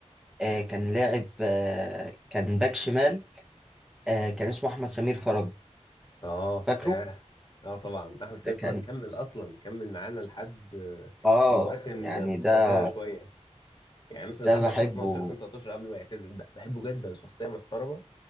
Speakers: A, in the centre; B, on the left.
A: آه كان لاعب آه كان باك شمال آه كان اسمه أحمد سمير فرج
B: اه
A: فاكره
B: ياه اه طبعا احمد سمير
A: ده
B: فرج
A: كان
B: كمل اصلا كمل معانا لحد آه،
A: اه
B: مواسم
A: يعني
B: متقدمه
A: ده
B: شويه يعني مثلا
A: ده
B: لحد
A: بحبه
B: 2012 2013 قبل ما يعتزل بحبه جدا شخصيه محترمه